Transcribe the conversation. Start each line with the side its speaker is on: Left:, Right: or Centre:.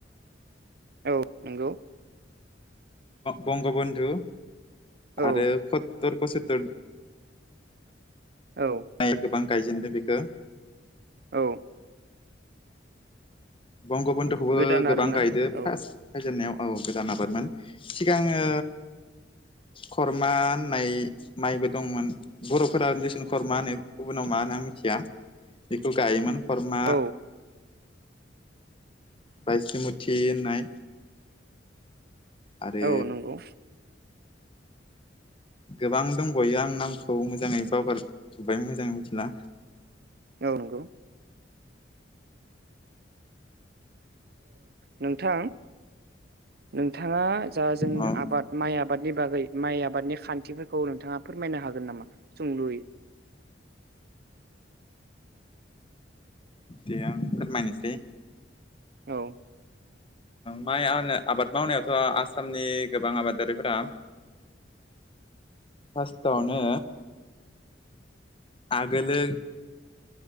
Right: औ नंगौ
Left: बंगबन्धु
Right: औ
Left: आरो सततर पसततर
Right: औ
Left: नाया गोबां गायजेनदों बेखौ
Right: औ
Left: बंग बंगबनध'खौबो
Right: गोदान
Left: गोबां
Right: आरोना
Left: गायदो
Right: औ
Left: फार्स्ट फायजेननायाव औ गोजान आबादमोन सिगांओ खरमा होननाय माइबो दंमोन बर'फोरा उन्दैसिन खरमा होनो गुबुनाव मा होनो आं मिथिया बेखौ गायोमोन हरमा
Right: औ
Left: बायस मुथि होननाय आरो
Right: औ नंगौ
Left: गोबां दंबावयो आं नामखौ मोजाङै बावगारजोब्बाय मोजाङै मिथिला
Right: औ नंगौ नोंथां नोंथाङा जा जों
Left: अ
Right: आबाद माइ आबादनि बागै माइ आबादनि खान्थिफोरखौ औ नोंथाङा फोरमायनो हागोन नामा सोंलुयै
Left: दे आं फोरमायनोसै
Right: औ
Left: माइ आबाद मावनायावथ' आसामनि गोबां आबादारिफोरा फासथावनो आगोलो